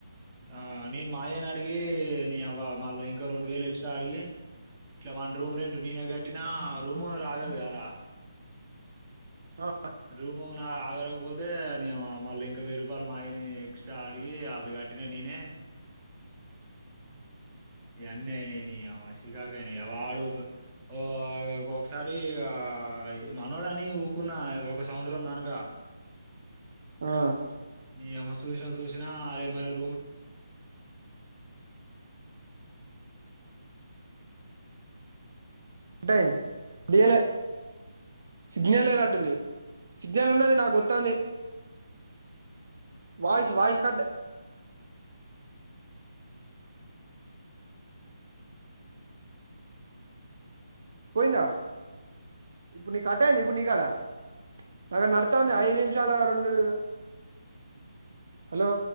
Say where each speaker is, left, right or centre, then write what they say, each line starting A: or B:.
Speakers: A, on the right (about 20°); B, on the right (about 60°).
A: ఆ నేను మా అయ్య నడిగి నీ అవ్వ మళ్ళా ఇంకా రెండు వేలు ఎక్స్ట్రా అడిగి ఇట్లా వన్ రూమ్ రెండు నేన కట్టినా రూమ్ ఓనర్ ఆగదు గారా
B: అ
A: రూమ్ ఓన ఆగరకపోతే నీ అవ్వ మళ్ళీ ఇంకా వెయ్యి రూపాయలు మాయని ఎక్స్ట్రా ఆడిగి అవిగ కట్టిన నీనే ఇ అన్నీ అయినాయ్ నీ అవ్వ షికాక్ అయి నీ అవ్వ ఆడు ఓ ఒకోక్సారి ఆ మనోడని ఊకున్న ఒక సంవత్సరం దానుక
B: ఆ
A: నీ అవ్వ చూసిన చూసిన అరే మరి రూమ్
B: డైంది డియాలే సిగ్నల్ లేదంటుంది సిగ్నల్ ఉన్నది నాక్ ఒత్తాంది వయిస్ వయిస్ కట్టే పోయిందా ఇప్పుడు నీ కట్టైంద ఇప్పుడు నీకాడా అద నడతాంది ఐదు నిమిషాల రెండు హలో